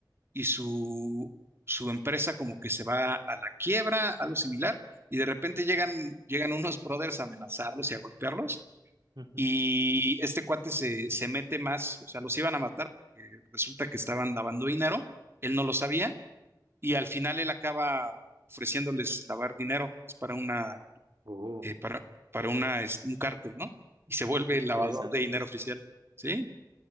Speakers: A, on the right (about 30°); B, on the right (about 65°).
A: y su, su empresa como que se va a la quiebra, algo similar, y de repente llegan, llegan unos <laughs> brothers a amenazarlos y a golpearlos.
B: ujú.
A: Y este cuate se, se mete más, o sea, los iban a matar porque resulta que estaban lavando dinero, él no lo sabía y al final él acaba ofreciéndoles lavar dinero, es para una,
B: Oh,
A: eh, para, para una, este, un cártel, ¿no? Y se vuelve
B: se escucha
A: el
B: interesante.
A: lavador de dinero oficial, ¿sí?